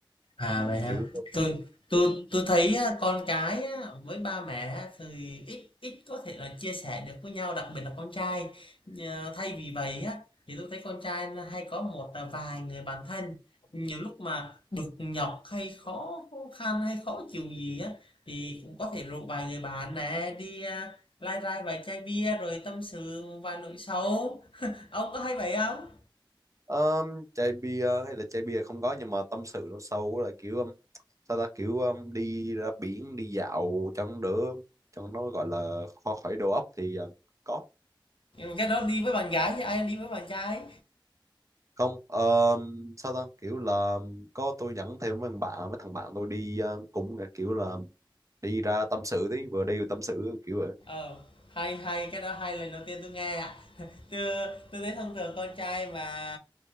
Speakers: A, on the left; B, on the right.
A: À,
B: Ừ,
A: vậy hả?
B: kiểu
A: Tôi tôi
B: kiểu,
A: tôi thấy á, con cái á, với ba mẹ á, thì ít ít có thể là chia sẻ được với nhau, đặc biệt là con trai. Nhờ- Thay vì vậy á thì tôi thấy con trai là hay có một là vài người bạn thân. Nhiều lúc mà bực nhọc hay khó khăn hay khó chịu gì á thì cũng có thể rủ vài người bạn nè đi à, lai rai vài chai bia rồi tâm sự vài nỗi sầu. <laughs> Ông có hay vậy không?
B: um, chai bia hay là chai bia không có nhưng mà tâm sự nó sâu là kiểu um, sao ta kiểu um, đi ra biển đi dạo cho nó đỡ cho nó gọi là kho khỏi đầu óc thì uh, có
A: Nhưng mà Cái đó đi với bạn gái chứ ai đi với bạn trai.
B: không um, sao ta kiểu là có tôi dẫn thêm mấy thằng bạn mấy thằng bạn tôi đi uh, cũng là kiểu là đi ra tâm sự tí vừa đi vừa tâm sự kiểu vậy
A: Ờ, hay, hay, cái đó hay, lần đầu tiên tôi nghe ạ. <laughs> tôi tôi thấy thông thường con trai mà,